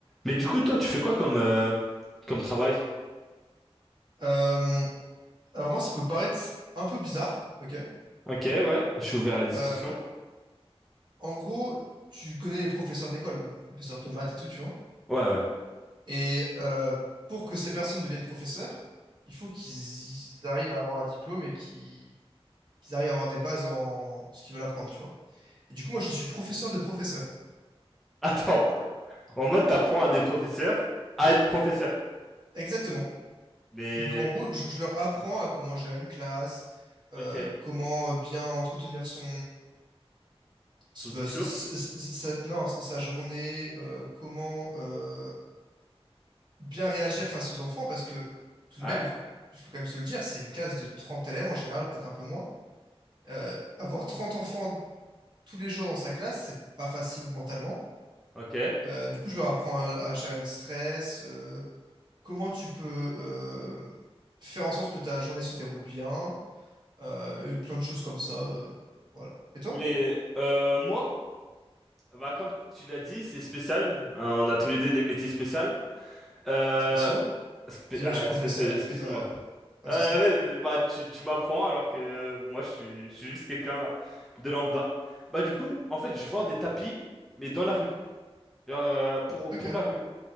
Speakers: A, in the centre; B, on the right (about 45°).
A: Mais du coup, toi, tu fais quoi comme, euh, comme travail?
B: Euh, alors moi, ça peut paraître un peu bizarre, ok?
A: Ok, ouais, je suis ouvert à la discussion.
B: Euh, en gros, tu connais les professeurs d'école, les professeurs de maths et tout, tu vois.
A: Ouais, ouais.
B: Et euh, pour que ces personnes deviennent professeurs, il faut qu'ils arrivent à avoir un diplôme et qu'ils qu'ils arrivent à avoir des bases en ce qu'ils veulent apprendre, tu vois. Et du coup, moi, je suis professeur de professeurs.
A: Attends, en mode t'apprends à des professeurs à être professeur.
B: Exactement.
A: Mais,
B: Donc en gros, je, je leur apprends à comment gérer une classe, euh,
A: ok,
B: comment euh, bien entretenir son c'est-
A: sous
B: bah,
A: stylo?
B: c'est- c'est- c'est- sa- non, c'est sa journée, euh, comment euh, bien réagir face aux enfants, parce que tout
A: Ouais,
B: de même, il faut quand même se le dire, c'est une classe de 30 élèves en général, peut-être un peu moins. Euh, avoir 30 enfants tous les jours dans sa classe, c'est pas facile mentalement.
A: ok.
B: Euh, du coup, je leur apprends à, à gérer le stress, euh, comment tu peux euh, faire en sorte que ta journée se déroule bien, Euh, et plein de choses comme ça. euh, voilà. Et toi?
A: Mais euh, moi, bah, comme tu l'as dit, c'est spécial. Euh, On a tous les deux des métiers spéciaux. Euh,
B: Spéciaux?
A: spé-
B: Désolé,
A: ah,
B: je suis professeur,
A: spécial,
B: donc
A: excuse-moi.
B: je dois... Pas
A: Euh,
B: de souci.
A: ouais, bah, tu, tu m'apprends alors que euh, moi, je suis, je suis juste quelqu'un de lambda. Bah, du coup, en fait, je vends des tapis, mais dans la rue. Euh, pour,
B: Ok.
A: pour la rue.